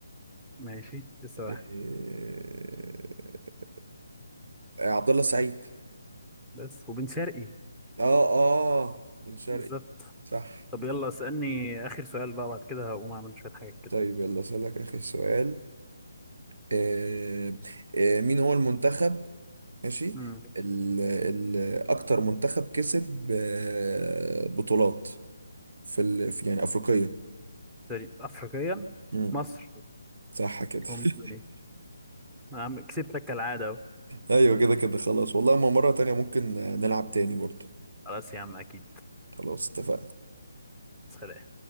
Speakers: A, in the centre; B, on the right (about 70°).
A: ماشي لسه واحد
B: آه، آه، عبد الله سعيد
A: بس وبن شرقي
B: اه اه بن شرقي
A: بالظبط
B: صح
A: طب يلا اسألني آخر سؤال بقى بعد كده هقوم أعمل شوية حاجات كده
B: طيب يلا اسالك اخر سؤال آه، آه، مين هو المنتخب ماشي
A: امم
B: ال ال اكتر منتخب كسب آه، بطولات في ال في يعني افريقيه
A: سوري أفريقيا
B: مم،
A: مصر
B: صح كده
A: ومصر
B: <laughs>
A: عم كسبتك كالعادة أهو.
B: ايوه كده كده خلاص والله ما مره تانية ممكن نلعب تاني برضه
A: خلاص يا عم أكيد
B: خلاص اتفقنا
A: سلام